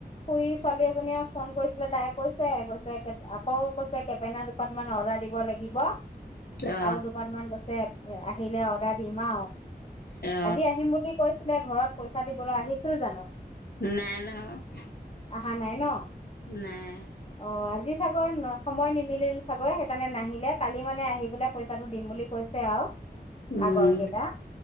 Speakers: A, on the left; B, on the left.
A: খুুৰী ছোৱালী- এজনীয়ে ফোন কৰিছিলে তাই কৈছে -কৈছে জেকেট আকৌ কৈছে কেপেনা অকণমান অৰ্ডাৰ দিব লাগিব।
B: অ
A: আৰু দুপাত মান গছে এয়াই', - আহিলে অৰ্ডাৰ দিম আৰু
B: অ
A: আজি আহিম বুলি ছিলে ঘৰত পইচা দিবলৈ আহিছিল জানো?
B: নাই নহ, -
A: আহা নাই ন?
B: নাই।
A: অ আজি চাগৈ সময় নিমিলিল চাগে সেইকাৰণে নাহিলে, কালি মানে আহি পেলাই পইচাটো দিম বুলি কৈছে আৰু
B: উম
A: আগৰ কেইটা